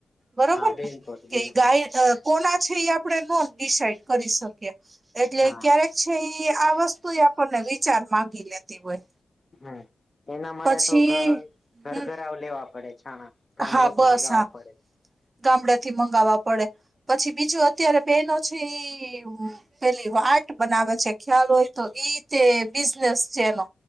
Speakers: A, on the right; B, on the left.
A: બરોબર
B: હા બિલકુલ
A: ને કે
B: બિલકુલ
A: ગાય અ કોના છે, એ આપણે નો ડિસાઈડ કરી શકીએ એટલે
B: હા
A: ક્યારેક છે, એ આ વસ તો આપણને વિચાર મામાંગી લેતી હોય.
B: હમ એના માટે
A: પછી
B: તો ઘ ઘર
A: હમ
B: ઘર આવ લેવા પડે છાણા. ગામડેથી
A: હા બસ
B: મગાવવા
A: હા
B: પડે
A: ગામડેથી મંગાવવા પડે પછી બીજું અત્યારે બેનો છે, એવુ પેલી વાર્ટ બનાવે છે, ખ્યાલ હોય તો ઈ તે બિઝનેસ છે, એનો